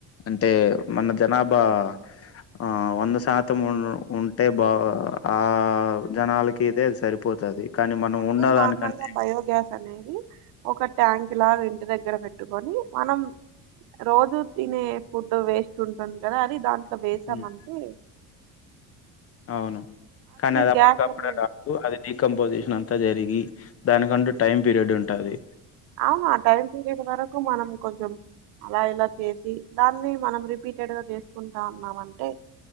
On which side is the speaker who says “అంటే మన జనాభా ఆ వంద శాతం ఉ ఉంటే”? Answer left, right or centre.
Left